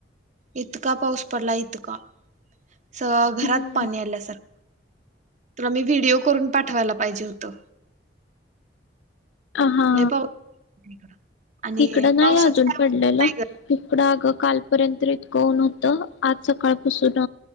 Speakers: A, on the right (about 40°); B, on the left (about 90°).
A: इतका पाऊस पडला इतका अस
B: हम्म
A: घरात पाणी आल्यासारखं तुला मी व्हिडिओ करून पाठवायला पाहिजे होतं.
B: हा
A: लय पाऊस आहे इकडं. आणि
B: इकडं नाही
A: पावसाचं
B: अजून
A: काय
B: पडलेला.
A: वाटत नाही ग
B: इकडं अग कालपर्यंत इतक ऊन होतं आज सकाळपासून